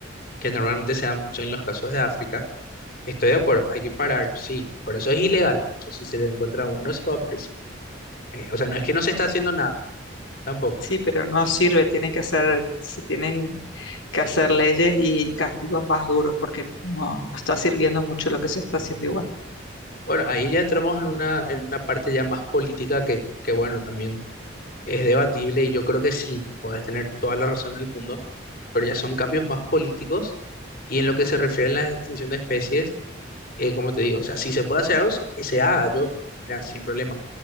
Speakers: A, on the left (about 50°); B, on the left (about 80°).
A: que normalmente se da mucho en los casos de África. Estoy de acuerdo, hay que pararlo, sí, por eso es ilegal, de hecho, si se le encuentra a uno se va preso. Eh, o sea, no es que no se está haciendo nada, tampoco.
B: Sí, pero no sirve, tienen que hacer, se tienen que hacer leyes y castigos más duros, porque no, no está sirviendo mucho lo que se está haciendo igual.
A: Bueno, ahí ya entramos en una, en una parte ya más política que, que bueno, también es debatible y yo creo que sí, podés tener toda la razón del mundo, pero ya son cambios más políticos y en lo que se refiere a la extinción de especies, eh, como te digo, o sea, si se puede hacer algo, se- que se haga, yo, mira, sin problema,